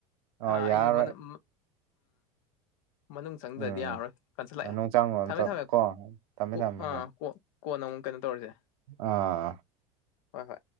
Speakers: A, on the right; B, on the left.
A: ꯑꯣ
B: ꯑꯩꯁꯨ
A: ꯌꯥꯔꯔꯣꯏ
B: ꯑꯝ ꯃꯅꯨꯡ ꯆꯪꯗ꯭ꯔꯗꯤ
A: ꯎꯝ
B: ꯌꯥꯔꯔꯣꯏ ꯀꯟꯁꯤꯜꯂꯛꯑꯦ
A: ꯃꯅꯨꯡ ꯆꯪꯉꯣ
B: ꯊꯝꯃꯦ
A: ꯑꯝꯇ
B: ꯊꯝꯃꯦ
A: ꯀꯣ ꯊꯝꯃꯦ
B: ꯀ
A: ꯊꯝꯃꯦ
B: ꯑꯥ
A: ꯍꯣꯏ
B: ꯀꯣꯛ ꯀꯣꯟꯅ ꯑꯃꯨꯛ ꯀꯩꯅꯣ ꯇꯧꯔꯁꯦ
A: ꯑꯥ
B: ꯍꯣꯏ ꯍꯣꯏ